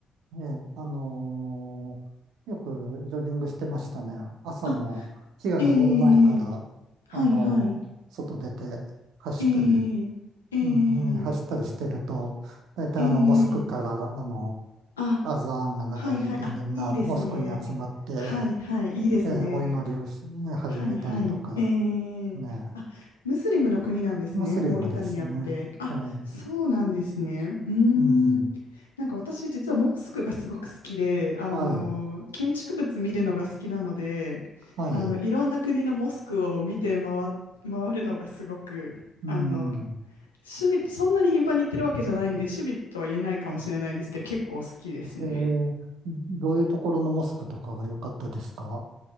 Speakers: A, on the right; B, on the left.
A: う、ええあのーよくジョギングしてましたね。朝も日が昇る前から、
B: あ、ええ、はい、
A: あのー外出て走ったり、
B: はい。ええ、え
A: うん、ね走ったりしてると、
B: え。
A: 大体あの、
B: ええ
A: モスクから、あの
B: あ、
A: アザーンが流れてみんなモスクに集まって、
B: はいはい、あ、いいですね。はいはい、いいですね。
A: えーお祈りをし、ね、始めたりとか、
B: はいはい。え
A: ね、
B: えあ、ムスリムの国なんですね、
A: ムスリムですね。
B: モーリタニアって。あ、
A: はい。
B: そうなんですね。うーん。
A: うん。
B: なんか私、実はモスクがすごく好きで、あの、
A: はい。
B: 建築物見るのが好きなので、
A: はい。
B: あの、いろんな国のモスクを見て回、回るのがすごく、
A: うん。
B: あの、趣味、そんなに頻繁に行ってるわけじゃないんで、趣味とは言えないかもしれないですけど、結構好きですね。
A: えーどういうところのモスクとかが良かったですか